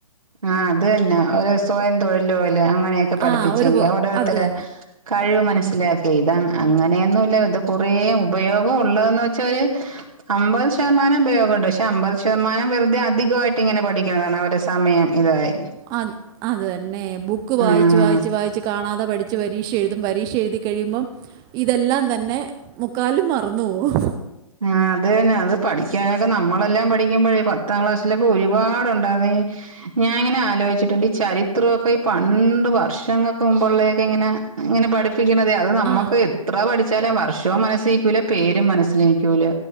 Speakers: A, on the right; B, on the right.
A: ആ അത് തന്നെ ഒരു സ്വയം തൊഴില് പോല് അങ്ങനെയൊക്കെ പഠിപ്പിച്ചെങ്കി
B: ആ ഒരു പോ-
A: ഓരോരുത്തരെ
B: അത് തന്നെ
A: കഴിവ് മനസ്സിലാക്കി ഇത് അങ്ങനെയൊന്നുല്ല ഇത് കുറെ ഉപയോഗം ഉള്ളതെന്ന് വെച്ചാ ഒരു അമ്പ <unintelligible> ശതമാനം ഉപയോഗണ്ട് പക്ഷെ അമ്പത് ശതനം വെറുതെ അധികമായിട്ട് ഇങ്ങനെ പഠിക്കുന്നതാണ് അവര് സമയം ഇതായി
B: അ അത് തന്നെ ബുക്ക് വായിച്ച്
A: ആഹ്
B: വായിച്ച് വായിച്ച് കാണാതെ പഠിച്ച് പരീക്ഷ എഴുതും പരീക്ഷ എഴുതി കഴുമ്പം ഇതെല്ലാം തന്നെ മുക്കാലും മറന്നു പോവും
A: ആ അത് തന്നെ അത് പഠിക്കാനൊക്കെ നമ്മളെല്ലാം പഠിക്കുമ്പഴേ പത്താം ക്ലാസ്സിലൊപ്പോ ഒരുപാട്ണ്ടാ നീ ഞാൻ ഇങ്ങനെ ആലോചിച്ചിട്ടുണ്ട് ഈ ചരിത്രൊക്കെ ഈ പണ്ട് വർഷങ്ങൾക്ക് മുമ്പുള്ളൊക്കെ ഇങ്ങനെ ഇങ്ങനെ പഠിപ്പ പ്പിക്ക്ണതേ അത് നമുക്ക്
B: ആ
A: എത്ര പഠിച്ചാലേ വർഷവും മനസ്സിലേക്കൂല്ല പേരും മനസ്സിലേ ക്കൂല